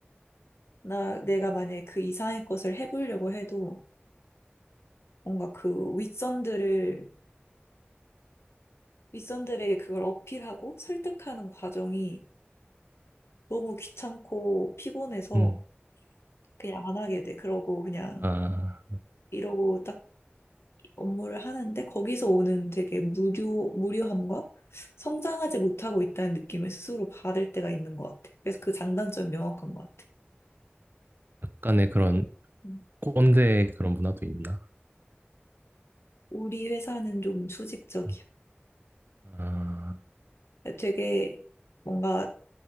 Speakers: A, on the left; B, on the right.
A: 나 내가 만약에 그 이상의 것을 해보려고 해도 뭔가 그 윗선들을 윗선들에게 그걸 어필하고 설득하는 과정이 너무 귀찮고 피곤해서
B: 음.
A: 그냥 안 하게 돼. 그러고 그냥
B: 아,
A: 이러고 딱 업무를 하는데 거기서 오는 되게 무료, 무료함과 성장하지 못하고 있다는 느낌을 스스로 받을 때가 있는 것 같아. 그래서 그 장단점이 명확한 것 같아.
B: 약간의 그런
A: 음.
B: 꼰대 그런 문화도 있나?
A: 우리 회사는 좀 수직적이야.
B: 음. 아,
A: 되게 뭔가